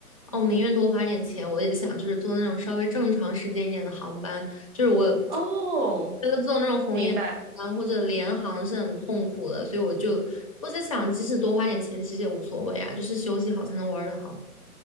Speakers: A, on the left; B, on the right.
A: 哦，我宁愿多花点钱，我也想就是坐那种稍微正常时间一点的航班。就是我
B: 哦，
A: 觉得坐那种红眼航班或者联航是很痛苦的，
B: 明白。
A: 所以我就我在想，即使多花点钱，其实也无所谓啊，就是休息好才能玩的好